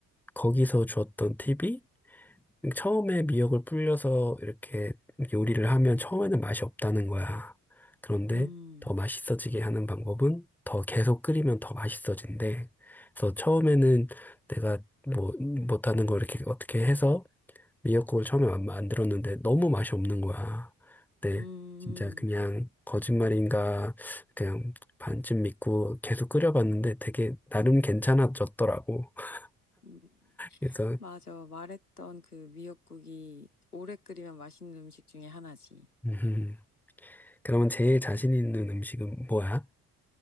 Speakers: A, in the centre; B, on the left (about 85°).
A: 거기서 주었던 팁이 처음에 미역을 불려서 이렇게 요리를 하면 처음에는 맛이 없다는 거야. 그런데
B: 음,
A: 더 맛있어지게 하는 방법은 더 계속 끓이면 더 맛있어진대. 그래서 처음에는 내가 뭐 못하는 걸 이렇게 어떻게 해서 미역국을 처음에 마- 만들었는데 너무 맛이 없는 거야. 근데
B: 음,
A: 진짜 그냥 거짓말인가 그냥 반쯤 믿고 계속 끓여봤는데 되게 나름 괜찮아졌더라고. <laughs>
B: 음.
A: 그래서
B: 맞아. 말했던 그 미역국이 오래 끓이면 맛있는 음식 중에 하나지.
A: 음, 그러면 제일 자신 있는 음식은 뭐야?